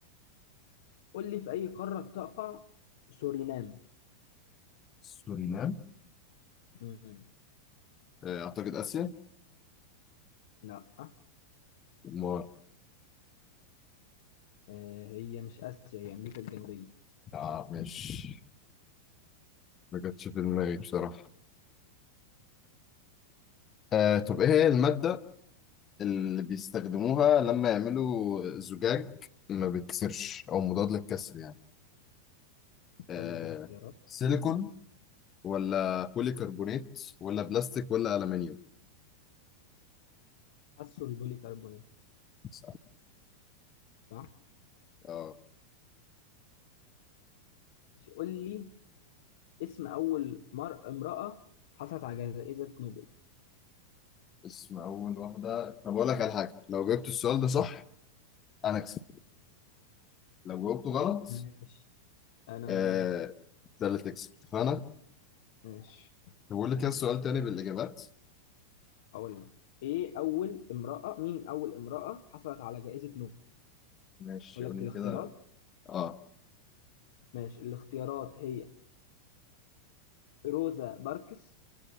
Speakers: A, on the left; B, on the left.
A: قول لي في اي قاره تقع سورينام
B: سورينام
A: مم.
B: آه، أعتقد آسيا
A: لا
B: ما
A: آه، هي مش اسيا هي امريكا الجنوبيه
B: آه مش ما جاتش في دماغي بصراحة آه
A: اسالني
B: طب إيه
A: يا
B: هي
A: باشا
B: المادة اللي بيستخدموها لما يعملوا زجاج ما بيتكسرش أو مضاد للكسر يعني آه
A: قول لي كده اختيارات
B: سيليكون ولا بوليكربونات ولا بلاستيك ولا ألمنيوم
A: حسوا البولي كربونيت
B: صح.
A: صح
B: اه
A: ماشي قول لي اسم اول مر... امراه حصلت على جائزه نوبل
B: اسم أول واحدة طب أقول لك على حاجة لو جبت السؤال ده صح أنا أكسب لو جاوبته غلط
A: ماشي انا
B: آه
A: موافق
B: ده اللي تكسب اتفقنا؟
A: ماشي
B: طب بقول لك كده سؤال تاني بالإجابات
A: هقول لك ايه اول امرأة مين اول امرأة حصلت على جائزة نوبل
B: ماشي
A: اقول
B: قول
A: لك
B: لي
A: الاختيارات
B: كده اه
A: ماشي الاختيارات هي روزا باركس